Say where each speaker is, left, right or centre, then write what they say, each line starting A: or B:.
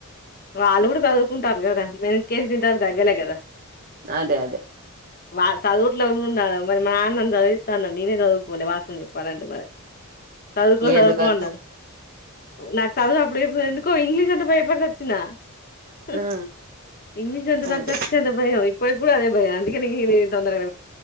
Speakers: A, on the left; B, on the right.
A: వాళ్ళు కూడా చదువుకుంటారు కదా మ కేసు దర్రదా్గలా కదా <unintelligible>
B: అదే అదే
A: వా చదువుట్లో ఉన్నాన్నారు మరి మా నాన్న నన్ని చదివిస్తా అనరు నేనే చదువుకోవలే వస్తవం చెప్పాలంటే మరి చదువుకో చదువుకో
B: ఎందుకక్క
A: అన్నాలు నాకు చదువు అప్పుడేపుడో ఎందుకో ఇంగ్లీష్ అంత పేపర్ తెచ్చిన హ
B: ఆ,
A: ఇంగ్లీష్ అంటే నాకు
B: అదే
A: చచ్చేంత భయం ఇప్పటికి కూడా అదే భయం అందుకనే ఇంగ్లీష్ తొందరగ